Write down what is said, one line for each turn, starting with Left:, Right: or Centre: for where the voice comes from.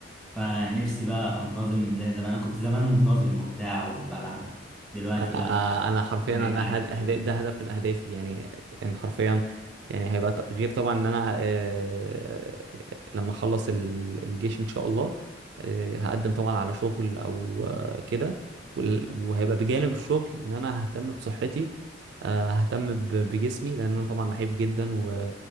Centre: فنفسي بقى انتظم زي زمان انا كنت زمان منتظم وبتاع وبلعب دلوقتي
Right: آه،
Centre: لا
Right: آه،
Centre: <laughs>
Right: انا حرفيا
Centre: بقيت
Right: انا
Centre: قاعد
Right: هد... هد...
Centre: في-
Right: ده هدف من اهدافي يعني ان حرفيا يعني هيبقى ط- غير طبعا ان انا آه، لما اخلص ال- الجيش ان شاء الله آه، هقدم طبعا على شغل او آه، كده وال- وهيبقى بجانب الشغل ان انا ههتم بصحتي آه، ههتم ب- بجسمي لان انا طبعا نحيف جدا و...